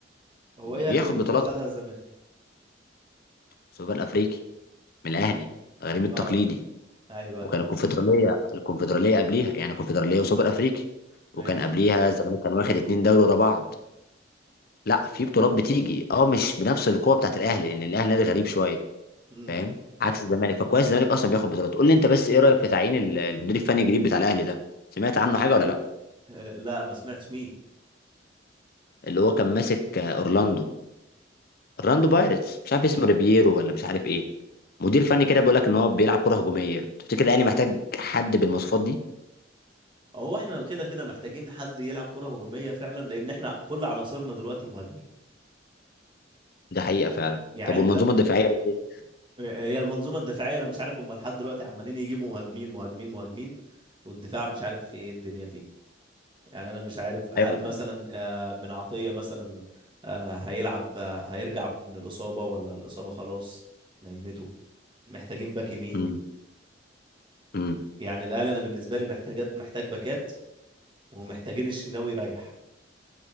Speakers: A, on the right (about 25°); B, on the left (about 55°).
A: هو
B: يعني
A: ايه
B: بياخد
A: اخر بطوله
B: بطولات
A: خدها الزمالك
B: في السوبر الافريقي من الاهلي غريم التقليدي
A: اه ايوه
B: وكان
A: ايوه
B: الكونفدراليه الكونفدراليه قبليها يعني كونفدراليه وسوبر افريقي
A: ماشي
B: وكان قبليها الزمالك كان واخد اتنين دوري ورا بعض لا في بطولات بتيجي اه مش بنفس القوه بتاعت الاهلي لان الاهلي نادي غريب شويه
A: امم
B: فاهم عكس الزمالك فكويس الزمالك اصلا بياخد بطولات قول لي انت بس ايه رايك في تعيين ال- المدير الفني الجديد بتاع الاهلي ده سمعت عنه حاجه ولا لا
A: <laughs> آه، لا ما سمعتش مين
B: اللي هو كان ماسك آه، اورلاندو اورلاندو بايرتس مش عارف اسمه ريبييرو ولا مش عارف ايه مدير فني كده بيقول لك ان هو بيلعب كره هجوميه تفتكر الاهلي محتاج حد بالمواصفات دي
A: هو احنا كده كده محتاجين حد يلعب كرة هجومية فعلا لان احنا كل عناصرنا دلوقتي مهاجمين
B: ده حقيقه فعلا
A: يعني
B: طب
A: انت
B: والمنظومه
A: آه،
B: الدفاعيه إيه؟
A: آه، هي المنظومة الدفاعية انا مش عارف هم لحد دلوقتي عمالين يجيبوا مهاجمين مهاجمين مهاجمين والدفاع مش عارف في ايه الدنيا فيه يعني انا مش عارف هل
B: ايوه
A: مثلا آه، بن عطية مثلا آه، هيلعب آه، هيرجع من الإصابة ولا الإصابة خلاص نايمته محتاجين باك يمين
B: امم امم
A: يعني الأهلي انا بالنسبة لي محتاج محتاج باكات ومحتاجين الشناوي يريح